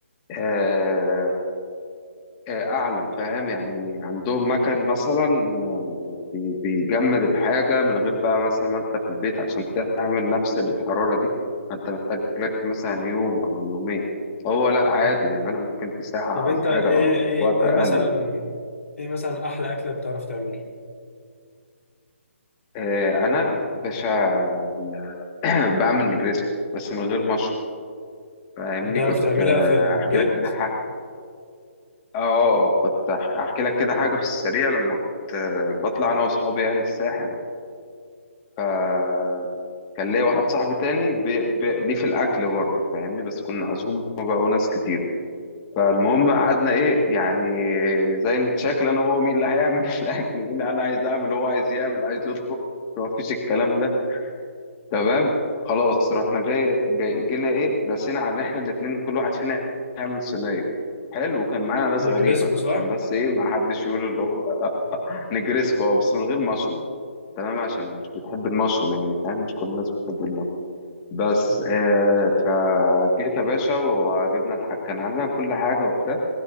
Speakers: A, on the left (about 20°); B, on the left (about 85°).
A: آه آه اعلى فاهم يعني عندهم مكان مثلا آه، بي- بيجمد الحاجة من غير بقى مثلا ما انت في البيت عشان تعمل نفس الحرارة دي انت محتاج لك مثلا يوم او يومين هو لا عادي
B: طب
A: بيعملها ممكن في ساعة
B: طب انت
A: او حاجة
B: ايه
A: او
B: ايه
A: وقت
B: ايه
A: اقل
B: مثلا
A: يعني.
B: ايه مثلا احلى اكله بتعرف تعملها
A: آه، انا باشا ال- <clears throat> بعمل نجريسكو بس من غير مشروب فاهمني
B: بتعرف
A: كنت
B: تعملها
A: آه،
B: في البيت
A: احكي لك كده حاجه اه كنت أح- احكي لك كده حاجه في السريع لما كنت آه، بطلع انا واصحابي يعني الساحل فكان ليا واحد صاحبي تاني بي... بي... ليه في الاكل برضه فاهمني بس كنا عزومه بقى وناس كتير فالمهم قعدنا ايه يعني زي نتشاكل انا هو مين اللي هيعمل <laughs> الاكل مين اللي انا عايز اعمل هو عايز يعمل عايز يطبخ ما فيش الكلام ده تمام خلاص رحنا جاي, جاي جينا ايه رسينا على ان احنا الاتنين كل واحد فينا يعمل صينيه حلو وكان معانا ناس
B: نجريسكو
A: غريبه
B: صح
A: عشان بس ايه ما حدش يقول اللي هو <laughs> نجريسكو آه، بس من غير مشروم تمام عشان مش بتحب المشروم يعني فاهم مش كل الناس بتحب المشروم بس
B: تمام.
A: آه فجيت يا باشا وجبنا الح... كان عندنا كل حاجه وبتاع